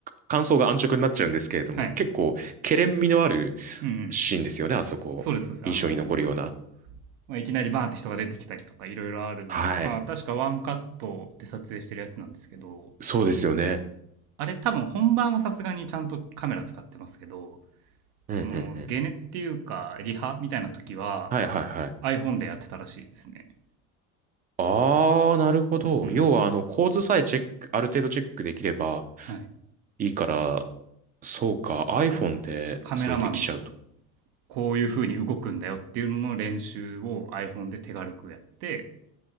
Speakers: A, on the right; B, on the right.
A: 感想が安直になっちゃうんですけれども、
B: はい。
A: 結構、けれん味のある
B: うんうん。
A: シーンですよね、あそこ。
B: そうです、そうです。
A: 印象に残るような。
B: あのーまあ、いきなりバーンって人が出てきたりとかいろいろある。
A: はい。
B: まあ確かワンカットで撮影してるやつなんですけど、
A: そうですよね。
B: あれ多分本番はさすがにちゃんとカメラ使ってますけど、
A: うんうんうん。
B: その、ゲネっていうか、リハみたいな時は
A: はいはいはい。
B: iPhone でやってたらしいですね。
A: ああ、なるほど。
B: うん。
A: 要は、あの、構図さえチェック、ある程度チェックできれば
B: はい。
A: いいから、そうか、iPhone
B: あと、
A: でそれできちゃうと。
B: カメラマンのこういう風に動くんだよっていうのの練習を iPhone で手軽くやって